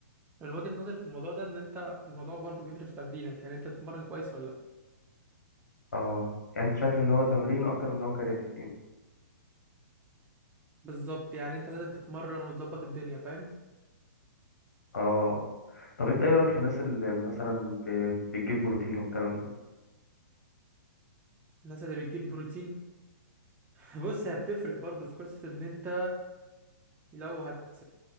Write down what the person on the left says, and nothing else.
اه يعني أنت شايف إن هو تمرين أكتر من إن هو كرياتين
اه طب انت ايه رايك في الناس اللي مثلا ب- بتجيب بروتين والكلام ده